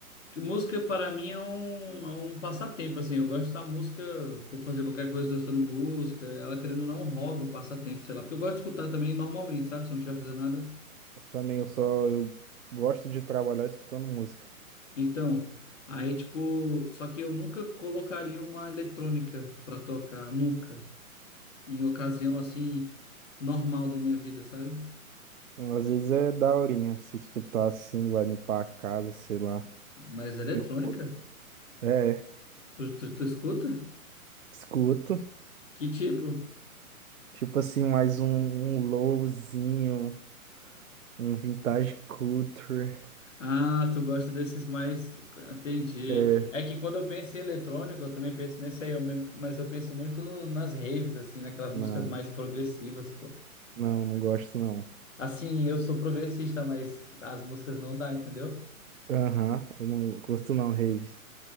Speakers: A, on the left (about 60°); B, on the right (about 70°).
A: que música para mim é um, é um passatempo assim. Eu gosto da música, vou fazer qualquer coisa tô escutando música, ela querendo ou não é um hobby, um passatempo, sei lá. Porque eu gosto de escutar também normalmente, sabe? Se eu não estiver fazendo nada.
B: Também eu só eu gosto de trabalhar escutando música.
A: Então, aí tipo, só que eu nunca colocaria uma eletrônica pra tocar, nunca. Em ocasião assim, normal da minha vida, sabe?
B: Às vezes é daorinha se escutar assim, vai limpar a casa, sei lá.
A: Mas eletrônica?
B: Eu curto. É,
A: Tu, tu, tu escuta?
B: escuto.
A: Que tipo?
B: Tipo assim, mais um, um lowzinho, um vintage culture.
A: Ah, tu gosta desses mais. Entendi.
B: É,
A: É que quando eu penso em eletrônico, eu também penso nesse aí, eu me- mas eu penso muito no- nas raves, assim, naquelas
B: não,
A: músicas mais progressivas, pô.
B: não, não gosto não.
A: Assim, eu sou progressista, mas as músicas não dá, entendeu?
B: Aham, eu não curto não, rave.